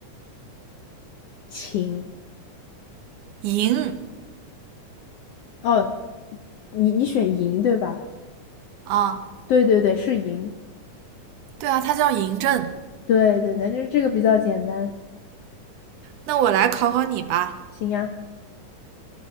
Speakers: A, on the left (about 75°); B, on the right (about 75°).
A: 秦？
B: 嬴，
A: 哦，你你选嬴对吧？
B: 啊，
A: 对对对，是嬴。
B: 对啊，它叫嬴政。
A: 对对对，这这个比较简单。
B: 那我来考考你吧，
A: 行呀，